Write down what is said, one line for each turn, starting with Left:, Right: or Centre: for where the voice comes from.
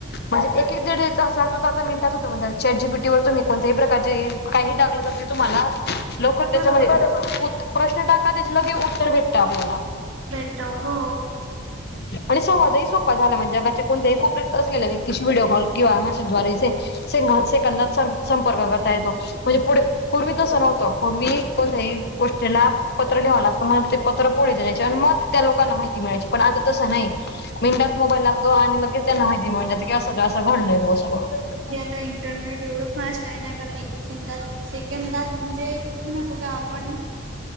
Left: म्हणजे एक एक दीड तास लागतो तरं आंता मिनटांत होतं म्हणे चॅट जी बिटी वरं तो मी कोणत्यांही प्रकारचे हे कांहीं टाकलंय होती तुम्हांला लोकं त्यांच्यामध्ये
Right: बरोबर
Left: प्रश्न टांका त्यांचे लगे उत्तरं भेटतं आपल्यांला
Right: भेटतं हो
Left: आणि स्ववांदही सोपां झालां म्हणजेगांचे कोणत्यांही कोप्या असलेल्या व्यक्तीशी व्हिडिओ कॉल किंवा मेसेजद्वारेे सं सेकंदात संपर्क करतां येतो. म्हणजे पुढे पूर्वी तसं नव्हतं पूर्वी कोणत्यां गोष्टी त्यालां पत्र लिहावं लागतं मंग ते पत्रं पुढे जायचे आणि मंग त्यां लोकांना माहिती मिळांयची पणं आंता तसं नाहीं. एकां मिनिटांत मोबाईल लागतो आणि लगेच त्यांना माहिती मिळते म्हणतांत की असं जे असं घडलंय बां संग
Right: आंता इंटरनेट एवढं फांस्ट आहे नां कारणं एक एक सेकदांत सेकंदांत म्हणजे कुंठे नां कुठं आपणं